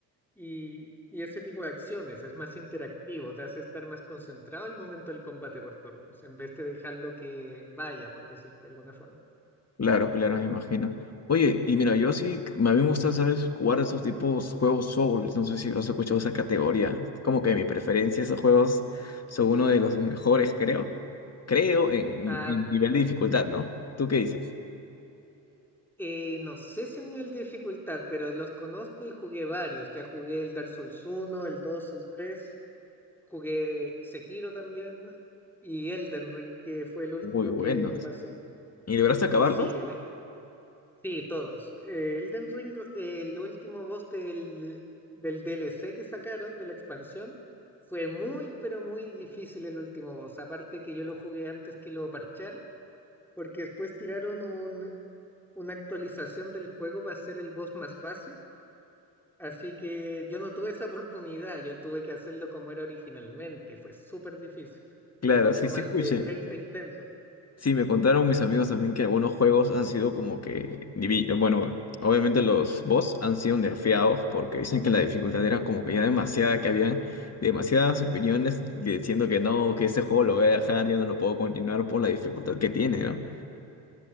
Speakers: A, in the centre; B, on the left.
A: Y, y ese tipo de acciones es más interactivo, te hace estar más concentrado al momento del combate por turnos, en vez de dejarlo que vaya, por decirlo de alguna forma.
B: Claro, claro, me imagino. Oye, y mira, yo sí, a mí me gusta, ¿sabes? Jugar esos tipos juegos Souls. No sé si habrás escuchado esa categoría. Como que mi preferencia, esos juegos son uno de los mejores, creo. Creo en,
A: A
B: en
A: v-
B: nivel de dificultad, ¿no? ¿Tú qué dices?
A: eh, no sé si el nivel de dificultad, pero los conozco y jugué varios. Ya jugué el Dark Souls uno el dos el tres jugué Sekiro también y Elden Ring, que fue el último
B: Muy buenos.
A: que me pasé.
B: ¿Y lograste acabarlos?
A: Y sí, el, Sí, todos. Eh, Elden Ring, el último boss del, del DLC que sacaron de la expansión, fue muy, pero muy difícil el último boss. Aparte que yo lo jugué antes que lo parcharan, porque después tiraron un, una actualización del juego para hacer el boss más fácil. Así que yo no tuve esa oportunidad, yo tuve que hacerlo como era originalmente. Fue súper difícil.
B: Claro,
A: Me costó
B: sí, sí
A: más
B: escuché.
A: de 30 intentos.
B: Sí, me contaron mis amigos también que algunos juegos han sido como que, divi- bueno, obviamente los boss han sido nerfeados porque dicen que la dificultad era como que ya demasiada, que había demasiadas opiniones diciendo que no, que ese juego lo voy a dejar, ya no lo puedo continuar por la dificultad que tiene, ¿no?